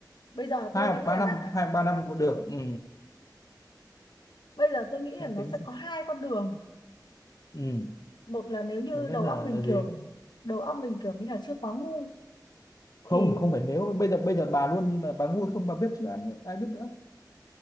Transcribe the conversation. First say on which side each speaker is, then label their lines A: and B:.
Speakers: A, on the left; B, on the left.
A: bây giờ
B: hai
A: tôi nghĩ
B: hoặc ba
A: là
B: năm hai hoặc ba năm cũng được ừ.
A: bây giờ tôi nghĩ
B: xem
A: là nó
B: tính
A: sẽ
B: xem
A: có hai con đường
B: ừ.
A: một là nếu như
B: lớn nhất
A: đầu
B: là
A: óc
B: là
A: mình
B: gì
A: kiểu đầu óc mình kiểu như là chưa quá ngu
B: không
A: thì
B: không phải nếu bây giờ bây giờ bà luôn nhưng mà bà ngu không bà biết chứ ai ai biết nữa